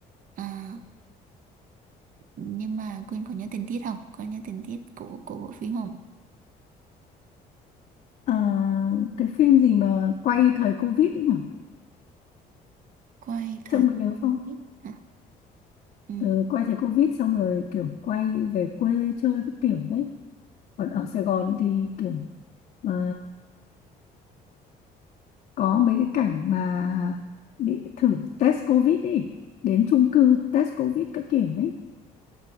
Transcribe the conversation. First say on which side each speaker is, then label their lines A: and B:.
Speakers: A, on the right; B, on the left.
A: à, nhưng mà Quyên có nhớ tình tiết không? Có nhớ tình tiết của của bộ phim không?
B: À, cái phim gì mà quay thời Covid ấy nhở?
A: Quay thời
B: Trông có nhớ không?
A: Covid hả? Ừ,
B: Ừ, quay thời Covid xong rồi kiểu quay về quê chơi các kiểu đấy. Còn ở Sài Gòn thì kiểu à, có mấy cái cảnh mà bị thử test covid đi đến chung cư test covid các kiểu đấy